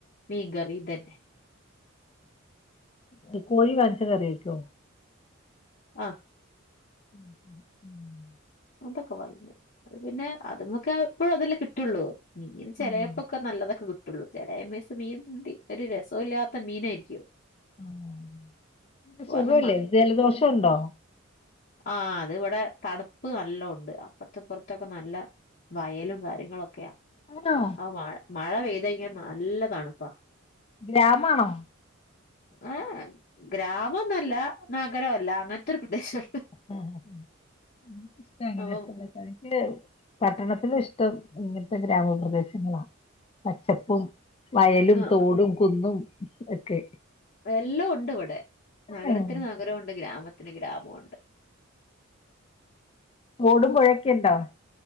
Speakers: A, on the left; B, on the left.
A: മീൻകറിതന്നെ
B: മ് കോഴിവരച്ച്കറിവെക്കോ.
A: അഹ്
B: ഉം.
A: അതൊക്കെ വാങ്ങും അത്പിന്നെ അത് മക്കെപ്പഴതല്ലെ കിട്ടൊള്ളു മീൻ ചെലേപ്പക്കെ
B: അതെ അതെ
A: നല്ലതൊക്കെകിട്ട ട്ടൊള്ളു ചെലേമിസം മീൻണ്ട് ഒരുരസോല്ല്യാത്ത മീനായിരിക്കും
B: ആഹ് പ്പസുഖവല്ലെ
A: കാരണം
B: ജലദോഷണ്ടോ?
A: ആഹ് ത്വ്ടെ തണ്പ്പ് നല്ലോംണ്ട് അപ്പറത്തുപ്പറത്തൊക്കെ നല്ല വയലുംകാര്യങ്ങളൊക്കെയാ
B: ആണോ
A: അവ് മഴ മഴപെയ്തയിഞ്ഞാല് നല്ല തണ്പ്പാ
B: ഗ്രാമാണൊ?
A: ഏഹ് എ ഗ്രാമന്നല്ല നഗരല്ല അങ്ങനത്തൊരു പ്രദേശാണ്.
B: <unintelligible>
A: അപ്പം
B: പട്ടണത്തിൽ ഇഷ്ട...... ഇങ്ങനത്തെ ഗ്രാമപ്രദേശങ്ങളാ പച്ചപ്പും....... വയലും
A: ആ,
B: തോടും കുന്നും ഒക്കെ.
A: എല്ലാം ഉണ്ട് ഇവിടെ നഗരത്തിന്
B: ആഹ്
A: നഗരമുണ്ട് ഗ്രാമത്തിന് ഗ്രാമുണ്ട്.
B: ഓടുമ്പോഴൊക്കെ ഇണ്ടാവും..